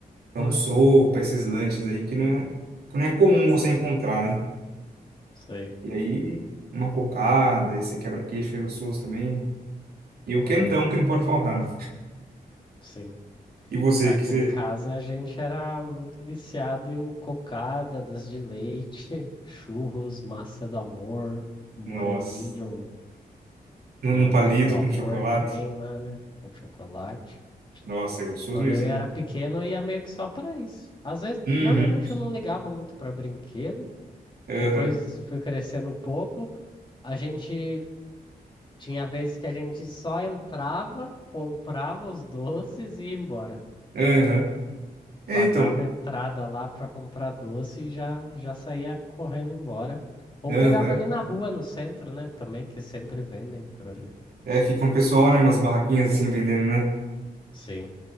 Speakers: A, on the right; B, on the left.
A: Então,
B: Uhum.
A: sopa, esses lanches aí que não é, que não é comum você encontrar, né?
B: Sei.
A: E aí, uma cocada, esse quebra-queixo é gostoso também. E o quentão
B: Uhum.
A: que não pode faltar, né?
B: Sim.
A: E você,
B: Aqui
A: que você.
B: em casa a gente era muito viciado em cocada, doce de leite, <laughs> churros, maçã do amor, moranguinho,
A: Nossa, no
B: moranguinho
A: no palito
B: do amor
A: com chocolate.
B: também lá, né? Com chocolate.
A: Nossa, é gostoso
B: Quando
A: mesmo,
B: eu era
A: hein?
B: pequeno, eu ia meio que só pra isso. Às vezes,
A: Uhum,
B: normalmente eu não ligava muito pra brinquedo.
A: aham,
B: Depois fui crescendo um pouco. A gente Tinha vezes que a gente só entrava, comprava os doces e ia embora.
A: aham. É,
B: Pagava
A: então,
B: a entrada lá para comprar doce e já, já saía correndo embora. Ou
A: aham.
B: pegava ali na rua, no centro, né? Também, que sempre vendem por ali.
A: É, fica um pessoal, né, umas barraquinhas assim vendendo, né?
B: Sim,